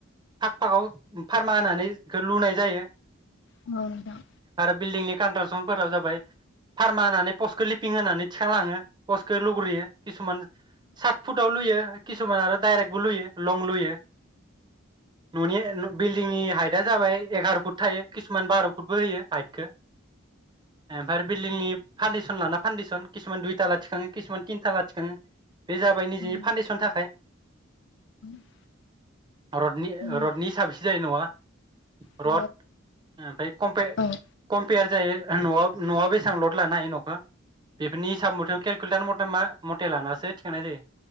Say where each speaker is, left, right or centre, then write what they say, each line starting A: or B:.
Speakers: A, on the right (about 20°); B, on the left (about 65°).
A: फाख फाखाव फारमा होनानै लुनाय जायो ।
B: औ नोंथां
A: बिल्दिंनि कनत्राकसन फोरा जाबाय फार्मा होनानै पस्टखौ लिफपिं होनानै थिखांलाङो। पसखौ लुग्रोयो किसुमान सात फुटाव लुयो किसुमान आरो दाइरेकबो लुयो । लं लुयो। न'नि बिल्डिंनि हाइटआ जाबाय एगार' फुट थायो किसुमान बार' फुटबो होयो हाइटखौ ओमफ्राय बिल्डिंनि फान्डेसन लाना फान्डेसन किसुमान दुइ थाला थिखाङो खिसुमान तिनथाला थिखाङो। बे जाबाय निजे
B: औ
A: फाउडेसन थाखाय
B: औ
A: रडनि
B: औ
A: रडनि सारभिस जायो नवा
B: औ
A: रड ओमफ्राय खमफे
B: औ
A: खम पेयार जायो न'आव न'आव बेसेबां लद लानो न'खौ बेफोरनि हिसाब मथे केुेलखु मद मा मथे लानासो थिखांनाय जायो